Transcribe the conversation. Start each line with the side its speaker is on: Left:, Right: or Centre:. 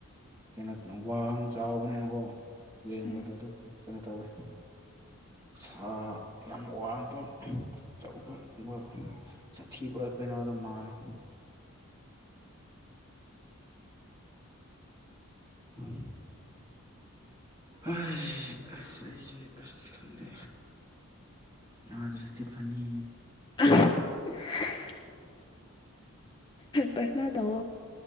Right: ꯀꯩꯅꯣ ꯋꯥꯡ ꯆꯥꯎꯕꯅꯤꯅꯀꯣ ꯌꯦꯡꯕꯗ
Left: ꯎꯝ
Right: ꯑꯗꯨꯝ ꯀꯩꯅꯣ ꯇꯧꯋꯤ ꯁꯥ ꯌꯥꯝ ꯋꯥꯡꯕ ꯑꯆꯧꯕꯨꯝ ꯁꯥꯊꯤꯕ ꯀ ꯌꯦꯩꯅꯣ ꯑꯗꯨꯣ ꯃꯥꯂꯦ ꯎꯝ ꯑꯩ ꯑꯁ ꯑꯩꯁꯦ ꯑꯁ ꯈꯪꯗꯦ ꯑ ꯑꯗꯨꯤ ꯐꯅꯤ
Left: <unintelligible> ꯄꯇꯅꯥ ꯇꯧ